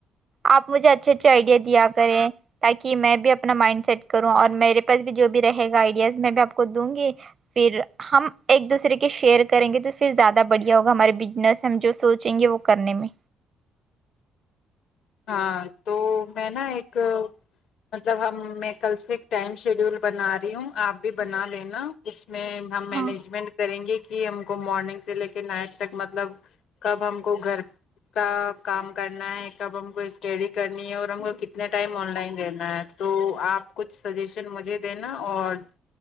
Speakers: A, on the right (about 45°); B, on the left (about 70°).
A: آپ مجھے اچھے اچھے آئیڈیا دیا کریں تاکہ میں بھی اپنا مائنڈ سیٹ کروں اور میرے پاس بھی جو بھی رہے گا آئیڈیاز میں بھی آپ کو دوں گی پھر ہم ایک دوسرے کے شیئر کریں گے تو پھر زیادہ بڑھیا ہوگا ہمارے بزنس ہم جو سوچیں گے وہ کرنے میں
B: ہاں تو میں نا ایک مطلب ہم میں کل سے ٹائم شیڈیول بنا رہی ہوں آپ بھی بنا لینا اس میں ہم مینجمنٹ
A: ہاں
B: کریں گے کہ ہم کو مارننگ سے لے کے نائٹ تک مطلب کب ہم کو گھر کا کام کرنا ہے ہم کو اسٹڈی کرنی ہے اور ہم کو کتنے ٹائم آن لائن دینا ہے تو آپ کچھ سجیشن مجھے دینا اور